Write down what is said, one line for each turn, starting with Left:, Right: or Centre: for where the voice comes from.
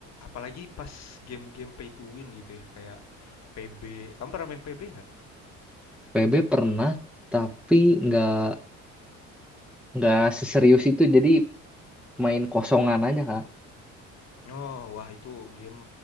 Left: apalagi pas game-game pay to win gitu ya. Kayak PB. Kamu pernah main PB nggak?
Centre: PB pernah, tapi nggak nggak seserius itu. Jadi main kosongan aja kak.
Left: Oh, wah itu game